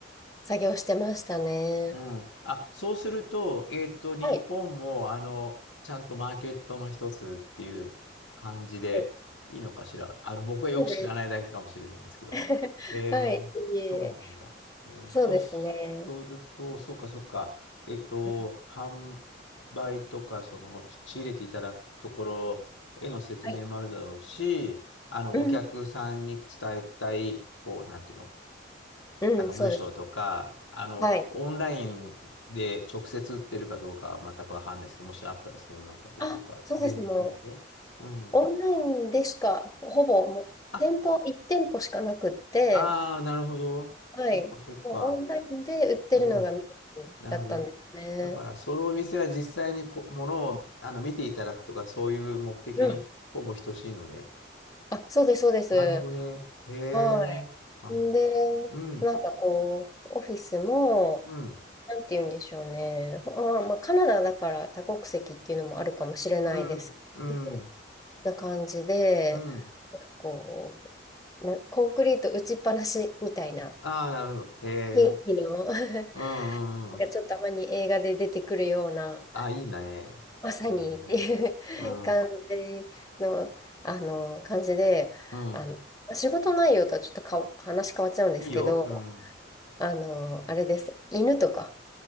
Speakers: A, on the left (about 20°); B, on the left (about 85°).
A: 作業してましたね。
B: うん。あ、そうすると、えっと、日本も、
A: はい。
B: あの、ちゃんとマーケットの一つっていう感じでいいのかしら。
A: はい
B: あの、僕はよく知らないだけかもしれないんですけど。
A: そうです <laughs>
B: えー、
A: はい、いえ、
B: そうなんだ。えーそうす
A: そうですね。
B: ると、そうか、そうか。えっと、
A: は
B: 販売とか、その、仕入れていただくところへの説明もあるだろうし、
A: い。
B: あの、
A: うん、
B: お客さんに伝えたい、こう、なんていうの
A: うん、
B: なんか文章とか、
A: そうです。
B: あの、
A: はい。
B: オンラインで直接売ってるかどうかは全くわかんないですけど、もしあったらそんなこととか、
A: あ、そうです。
B: 全部含めて。
A: もう、
B: うん。
A: オンラインでしか、ほぼ、もう、
B: あ、
A: 店舗、1店舗しかなくって、
B: ああ、なるほど。
A: はい。
B: そっかそっか。
A: もう、オンラインで売ってるのがメインだったんですね。
B: うん。なるほど。だから、そのお店は実際にこ、ものを、あの、見ていただくとか、そういう目的にほぼ等しいのね。
A: うん。あ、そうです、そうです。
B: なるほどね。へえ。
A: はい。
B: なるほど。
A: で、
B: うん。
A: なんかこう、オフィスも、
B: うん。
A: なんて言うんでしょうね。まあ、まあ、カナダだから多国籍っていうのもあるかもしれないですけど。
B: うん。うん。
A: な感じで、
B: うん。
A: なんかこう、なコンクリート打ちっぱなしみたいな
B: ああ、なるほど。へえ。
A: 雰囲気の <laughs> なん
B: うんうんうん。
A: かちょっとたまに映画で出てくるような、
B: あ、いいね。
A: まさにっていう
B: えー、うん。
A: <laughs> 感じの、あの、感じで、
B: うん。
A: あの、仕事内容とはちょっとか話変わっちゃうんですけど、
B: いいよ。うん。
A: あの、あれです。犬とか、